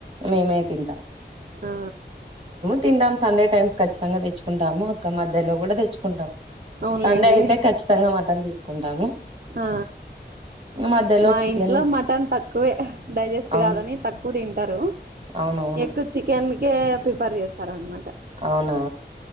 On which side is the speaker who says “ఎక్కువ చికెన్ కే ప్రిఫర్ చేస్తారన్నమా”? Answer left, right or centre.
Right